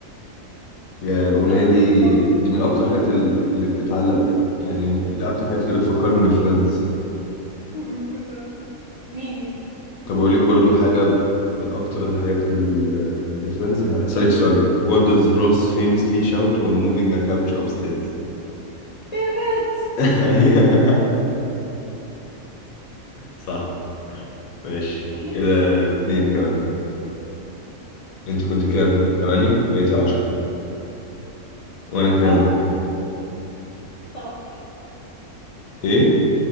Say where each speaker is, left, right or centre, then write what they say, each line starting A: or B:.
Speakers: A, on the left; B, on the left.
A: يا الأغنية
B: انا
A: دي
B: اختار
A: دي من أكتر الحاجات ال- اللي بتعلق يعني من أكتر الحاجات اللي بتفكرني بفريندز
B: <laughs> ميديا
A: طب
B: خلينا
A: أقول لك
B: ميديا
A: برضو حاجة من أكتر الحاجات ال- بفريندز ه- هسألك سؤال ده What does Ross famously shout when moving a couch upstairs؟
B: بيبت
A: <laughs> أيوة. صح ماشي
B: اتنين
A: كده اتنين كمان أنت كنت كام؟ تمانية بقيتي عشرة وأنا كام؟
B: اختار اختار
A: إيه؟